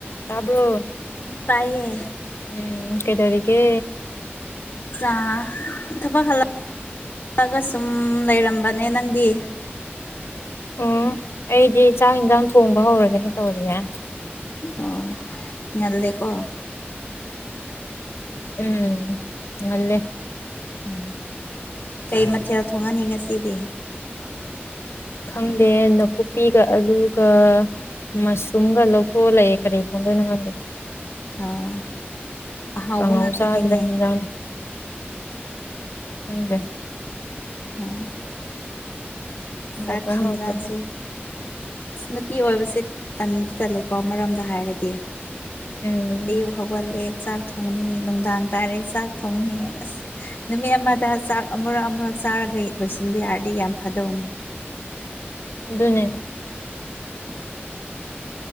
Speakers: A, on the left; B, on the left.
A: ꯇꯥꯕ꯭ꯔꯣ
B: ꯇꯥꯏꯌꯦ
A: ꯎꯝ ꯀꯩ ꯇꯔꯤꯀꯦ
B: ꯑꯣ ꯊꯕꯛ ꯍꯂꯑꯒ ꯁꯨꯝ ꯂꯩꯔꯝꯕꯅꯦ ꯅꯪꯗꯤ
A: ꯎꯝ ꯑꯩꯗꯤ ꯆꯥꯛ ꯌꯦꯟꯁꯥꯡ ꯊꯣꯡꯕ ꯍꯧꯔꯒꯦꯅ ꯇꯧꯔꯤꯌꯦ
B: ꯑꯣ ꯉꯜꯦꯀꯣ
A: ꯎꯝ ꯉꯂꯦ
B: ꯎꯝ ꯀꯩ ꯃꯊꯦꯜ ꯊꯣꯡꯉꯅꯤ ꯉꯁꯤꯗꯤ
A: ꯈꯪꯗꯦ ꯅꯥꯀꯨꯞꯄꯤꯒ ꯑꯂꯨꯒ ꯃꯁꯔꯨꯝꯒ ꯂꯧꯊꯣꯛꯑ ꯂꯩꯦ ꯀꯔꯤ ꯊꯣꯡꯗꯣꯏꯅꯣ ꯈꯪꯗꯦ
B: ꯑꯥ ꯑꯍꯥꯎꯕ
A: ꯑꯉ
B: ꯉꯥꯛꯇꯅꯤꯅꯦ
A: ꯆꯥꯖꯔ ꯌꯦꯅ ꯍꯦ
B: ꯎꯝ
A: ꯍꯥꯎꯕ꯭ꯔꯥ
B: ꯁꯥꯀꯤꯤꯟꯖꯥꯁꯨ
A: ꯍꯥꯎꯇꯕ꯭ꯔꯥ
B: ꯅꯨꯄꯤ ꯑꯣꯏꯕꯁꯦ ꯇꯟꯗꯤ ꯇꯜꯂꯦꯀꯣ ꯃꯔꯝꯗ ꯍꯥꯏꯔꯗꯤ
A: ꯎꯝ
B: ꯑꯌꯨꯛ ꯍꯧꯒꯠꯂꯦ ꯆꯥꯛ ꯊꯣꯡꯅꯤ ꯅꯨꯡꯗꯥꯡ ꯇꯥꯔꯦ ꯆꯥꯛ ꯊꯣꯡꯅꯤ ꯑꯁ ꯅꯨꯃꯤꯠ ꯑꯃꯗ ꯆꯥꯛ ꯑꯃꯨꯔꯛ ꯑꯃꯨꯔꯛ ꯆꯥꯔꯒꯩ ꯂꯣꯏꯁꯤꯟꯕ ꯌꯥꯔꯗꯤ ꯌꯥꯝ ꯐꯗꯧꯅꯦ
A: ꯅꯦ